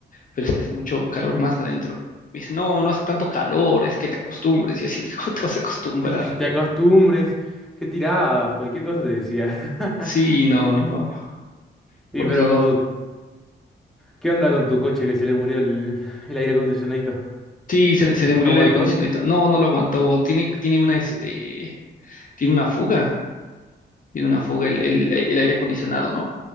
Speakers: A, on the left; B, in the centre.
A: pero es que hace mucho calor más adentro. Me dice, no, no hace tanto calor, es que te acostumbres. Y así de, <laughs> ¿cómo te vas a acostumbrar?
B: Es que te acostumbres, qué tirada, cualquier cosa te decía. <laughs>
A: Sí, no, no, no,
B: Y
A: por
B: pero,
A: eso no.
B: ¿qué onda con tu coche que se le murió el, el aire acondicionadito?
A: Sí, se le, se le
B: ¿No
A: murió
B: aguantó?
A: el aire acondicionado. y todo. No, no lo aguantó. Tiene, tiene una, este,
B: Uh,
A: tiene una fuga. tiene una fuga el, el- el aire acondicionado, ¿no?